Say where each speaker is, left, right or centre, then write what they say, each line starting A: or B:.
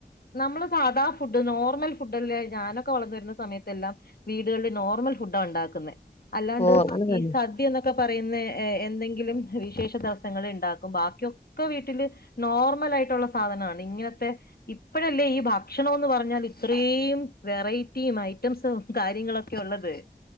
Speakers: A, on the left; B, on the left.
A: നമ്മള് സാധാ ഫുഡ് നോർമൽ ഫുഡല്ലേ ഞാനൊക്കെ വളർന്നു വരുന്ന സയത്തെല്ലാം വീടുകളിൽ നോർമൽ ഫുഡാണ് ഉണ്ടാക്കുന്നത് അല്ലാണ്ട്
B: ഓ അങ്ങനെ തന്നെ
A: ഈ സദ്യ എന്നൊക്കെ ന്നൊക്കെ പറയുന്നെ എന്തെങ്കിലും വിശേഷ ദിവസങ്ങളിൽ ഉണ്ടാക്കും ബാക്കിയൊക്കെ വീട്ടില് നോർമ ലായിട്ടുള്ള സാധനമാണ് ഇങ്ങനത്തെ ഇപ്പഴല്ലേ ഈ ഭക്ഷണോന്ന് പറഞ്ഞാൽ ഇത്രയും വെറൈറ്റിയും ഐറ്റംസും കാര്യങ്ങളൊക്കെ ഉള്ളത്